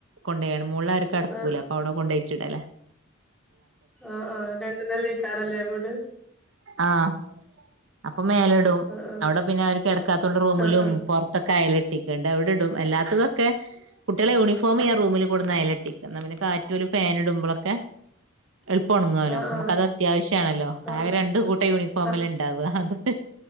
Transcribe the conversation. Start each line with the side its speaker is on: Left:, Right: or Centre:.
Right: കൊണ്ട് പോയാണ് മുകളില് ആരും കിടക്കൂല
Centre: ആഹ്
Right: അപ്പൊ അവിടെ കൊണ്ടുപോയിട്ട് ഇടാല്ലോ
Centre: ആഹ് ആഹ് രണ്ട് നിലയിക്കാണല്ലേ വീട്
Right: ആഹ് അപ്പൊ മേലെ ഇടും
Centre: ആഹ്
Right: അവിടെ പിന്നെ ആരും കിടക്കാത്തൊണ്ട് റൂമിലും
Centre: ആഹ് ആഹ്
Right: പുറത്തൊക്കെ അയയിലി കെട്ടിക്കൊണ്ട് അവിടെ ഇടും അല്ലാത്തതൊക്കെ കുട്ടികളെ യൂണിഫോം ഞാൻ റൂമിൽ കൊണ്ടുവന്ന് അയിലിട്ടിക്കും ന്ന പിന്നെ കാറ്റു വരും ഫാനിടുമ്പലൊക്കെ എളുപ്പം ഉണങ്ങുവല്ലോ
Centre: ആഹ്
Right: നമുക്ക് അത് അത്യാവശ്യമാണല്ലോ
Centre: ആഹ് ആഹ്
Right: രണ്ട് കൂട്ടം യൂണിഫോമല്ലേ
Centre: ആഹ്
Right: ഉണ്ടാവുക അത് പിന്നെ